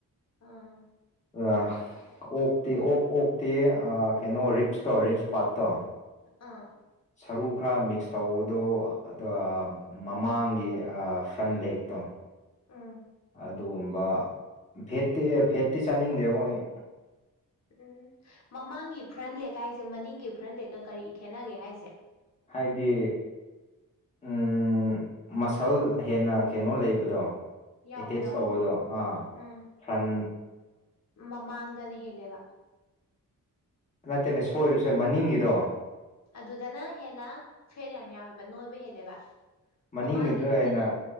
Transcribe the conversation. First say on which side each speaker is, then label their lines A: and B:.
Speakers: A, on the left; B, on the left.
A: ꯑꯥ
B: <unintelligible> ꯑꯣꯛꯇꯤ ꯑꯣꯛ ꯑꯣꯛꯇꯤ ꯑꯥ ꯀꯩꯅꯣ ꯔꯤꯞꯁꯇꯣ ꯔꯤꯞꯁ ꯄꯥꯔꯠꯇꯣ
A: ꯑꯥ
B: ꯁꯔꯨ ꯈꯔ ꯃꯤꯛꯁ ꯇꯧꯕꯗꯣ ꯑꯗꯨꯒ ꯃꯃꯥꯡꯒꯤ ꯑꯥ ꯐ꯭ꯔꯟ ꯂꯦꯛꯇꯣ
A: ꯎꯝ
B: ꯑꯗꯨꯒꯨꯝꯕ ꯐꯦꯠꯇꯤ ꯐꯦꯠꯇꯤ ꯆꯥꯅꯤꯡꯗꯦꯕꯣ ꯑꯩ
A: ꯎꯝ ꯃꯃꯥꯡꯒꯤ ꯐ꯭ꯔꯟꯂꯦꯛ ꯍꯥꯢꯁꯦ ꯃꯅꯤꯡꯒꯤ ꯐ꯭ꯔꯟꯂꯦꯛꯀ ꯀꯔꯤ ꯈꯦꯠꯅꯒꯦ ꯍꯥꯢꯖꯦ
B: ꯍꯥꯢꯗꯤ ꯎꯝ ꯃꯁꯜ ꯍꯦꯟꯅ ꯀꯩꯅꯣ ꯂꯩꯕꯗꯣ
A: ꯌꯥꯎꯕꯗꯣ
B: ꯑꯦꯇꯦꯆ ꯇꯧꯕꯗꯣ ꯑꯥ
A: ꯎꯝ
B: ꯐ꯭ꯔꯟ
A: ꯃꯃꯥꯡꯗꯅ ꯍꯦꯜꯂꯦꯕ
B: ꯅꯠꯇꯦꯅꯦ ꯁꯣꯢꯔꯨꯁꯦ ꯃꯅꯤꯡꯒꯤꯗꯣ
A: ꯑꯗꯨꯗꯅ ꯍꯦꯟꯅ ꯐꯦꯠ ꯌꯥꯝ ꯌꯥꯎꯋꯦꯕ ꯅꯣꯏꯕ ꯍꯦꯜꯂꯦꯕ
B: ꯃꯅꯤꯡ
A: ꯃꯃꯥꯡꯒꯤꯗꯨꯗꯅ
B: ꯒꯤꯗꯨꯗ ꯍꯦꯟꯅ